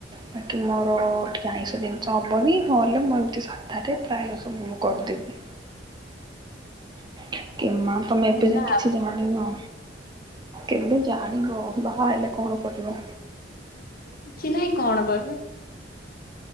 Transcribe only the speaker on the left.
ହେଲା
ଆଉ
କିଛି ନାଇଁ କଣ କରିବି।